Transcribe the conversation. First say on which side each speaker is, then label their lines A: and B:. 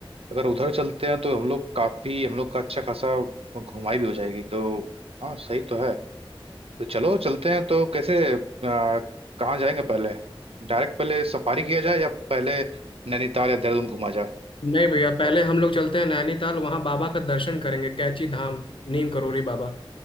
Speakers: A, on the right; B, on the left.
A: अगर उधर चलते हैं तो हम लोग काफी हम लोग का अच्छा खासा घुमाई भी हो जाएगी तो हाँ सही तो है तो चलो चलते हैं तो कैसे अ, कहाँ जाएंगे पहले डायरेक्ट पहले सफारी किया जाए या पहले नैनीताल या देहरादून घुमा जाए
B: नहीं भैया पहले हम लोग चलते हैं नैनीताल वहाँ बाबा का दर्शन करेंगे कैची धाम नीम करोरी बाबा